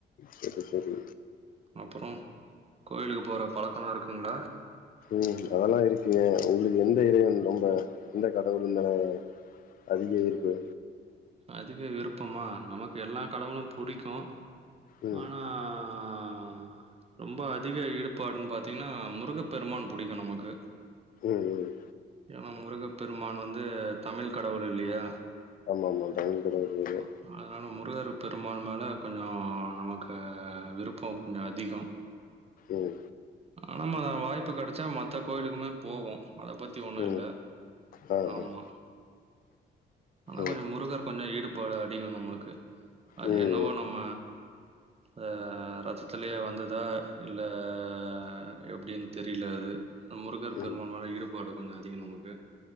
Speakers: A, on the left (about 45°); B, on the right (about 30°).
A: செரி செரி
B: அப்றோ கோவிலுக்கு போற பழக்கல்லா இருக்குங்ளா
A: ம் அதெல்லா இருக்கு உங்களுக்கு எந்த இறைவன் ரொம்ப எந்த கடவுள் மேல அதிக ஈர்ப்பு
B: அதிக விருப்பமா நமக்கு எல்லா கடவுளு புடிக்கு
A: ம் ம்
B: ஆனா ஆ ரொம்ப அதிக ஈடுபாடுன்னு பாத்தீங்கனா முருகப்பெருமான் புடிக்கு நமக்கு
A: ம் ம்
B: ஏன்னா முருகப்பெருமான் வந்து தமிழ் கடவுள் இல்லையா
A: ஆமா ஆமா தமிழ் கடவுள்
B: ஆமா
A: இருக்கு
B: அதனால முருகரு பெருமான் மேலே கொஞ்சோ நமக்கு விருப்போ கொஞ்ச அதிகோ
A: ம்
B: ஆமா அத வாய்ப்பு கிடச்சா மத்த கோயிலுக்குமே போகு அத பத்தி ஒன்னு
A: ம்
B: இல்ல
A: ஆ
B: ஆமா
A: ஆ
B: ஆனா கொஞ்சோ
A: ம்
B: முருகர் கொஞ்சோ ஈடுபாடு அதிகோ நம்ளுக்கு அது
A: ம்
B: என்னவோ
A: ம்
B: நம்ம ஆ அ ரத்தத்திலயே வந்ததா இல்ல ஆ எப்டின் தெரில அது முருகர் பெருமான்
A: ம்
B: மேலே ஈடுபாடு கொஞ்ச அதிகம் நமக்கு